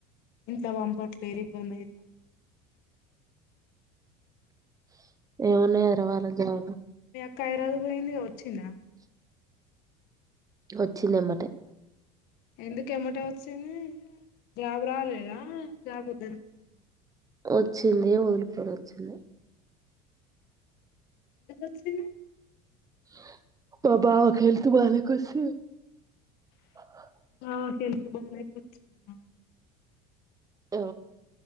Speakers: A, on the left; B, on the right.
A: ఇంట్లో పంపట్లేరు ఇబ్బంది అవుతంది
B: ఏమన్నా హదరవళ్ళ జర
A: <unintelligible> పోయింది వచ్చింద
B: వచ్చింది ఎమ్మటే
A: ఎందుకు ఏమాట్టే వచ్చింది జ్రాబ్ రాలేదా జ్రాబ్ వద్దని వచ్చింది
B: వచ్చిందయే వదిలిపోన వచ్చింద
A: ఎందుకోచ్చింది
B: <unintelligible>
A: <unintelligible>
B: అ